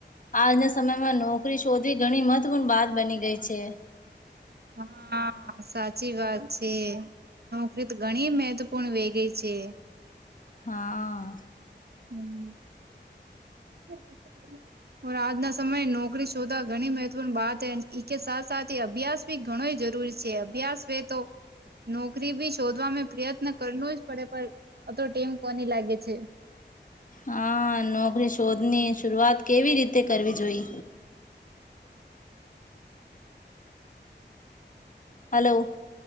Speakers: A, on the left; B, on the right.
A: આજના સમયમાં નોકરી શોધવી ઘણી મહત્વપૂર્ણ બાત બની ગઈ છે
B: હા સાચી વાત છે નોકરી ઘણી મહત્વપૂર્ણ વેગઈ છે
A: હા
B: હમ્મ <inaudible> પણ આજના સમયે નોકરી શોધવા ઘણી મહત્વની બાત હ ઈ કે સાથ સાથ એ અભ્યાસ બી ઘણોય જરુ <unintelligible> છે અભ્યાસ વે તો નોકરી બી શોધવામે પ્રયત્ન કરનો જ પડે પણ અ તો ટેમ કોની લાગે છે.
A: હા નોકરી શોધની શરૂઆત કેવી રીતે કરવી જોઈ હાલો.